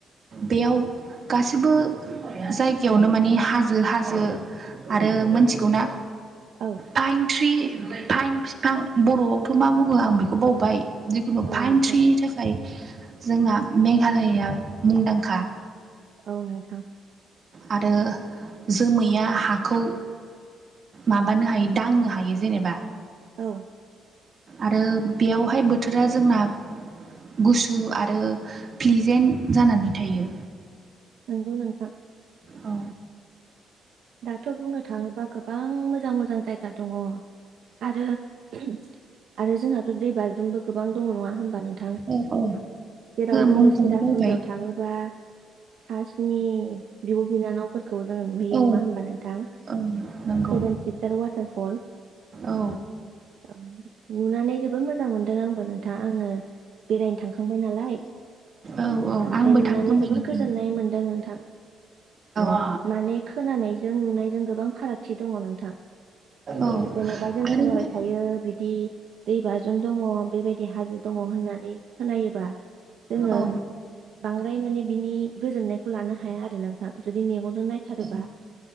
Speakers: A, on the right; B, on the right.
A: बेयाव गासिबो जायगायावनो माने हाजो हाजो आरो मोनथिगौ ना
B: औ
A: फाइन थ्रि फाइन बिफां बर'आवथ मा बुङो आं बेखौ बावबाय जिखुनु
B: औ
A: फाइन
B: नोंथां
A: थ्रिनि थाखाय जोंना मेघालयआ मुंदांखा
B: औ नोंथां
A: आरो जोमैया हाखौ माबानो हायो दांनो हायो जेनेबा
B: औ
A: आरो बेयावहाय बोथोरा जोंना गुसु आरो प्लिजेन्ट जानानै थायो
B: नंगौ नोंथां
A: औ
B: दाथ' बुंनो थाङोबा गोबां मोजां मोजां जायगा दङ आरो ओम आरो जोंहाथ दै बाज्रुमबो गोबां दङ नङा होमबा नोंथां
A: औ औ
B: जेराव जोङो
A: मुंखौनो
B: सिराफुनजियाव
A: बावबाय
B: थाङोबा सासिनि बिब' बिनानावफोरखौ जोङो नुहैयो
A: औ
B: नङा होमबा नोंथां
A: औ नंगौ
B: सेेभेन सिस्टार वाथार फल
A: औ
B: औ नुनानै जोबोद मोजां मोनदों आंबो नोंथां आङो बेरायनो थांखांबाय नालाय
A: औ औ
B: ओमफ्राय
A: आंबो
B: नुनानै
A: थांखांबाय
B: जबोर
A: नोंथां
B: गोजोननाय मोनदों नोंथां
A: औ
B: माने खोनानायजों नुनायजों गोबां फारागथि दङ नों थां
A: औ
B: जेनेबा जों
A: आरोबाव
B: खोनाबाय थायो बिदि दै बाज्रुम दङ बेबायदि हाजो दङ होननानै खोनायोबा जोङो
A: औ
B: बांद्राय माने बिनि गोजोननायखौ लानो हाया आरो नोंथां जुदि मेगनजों नायथारोबा
A: औ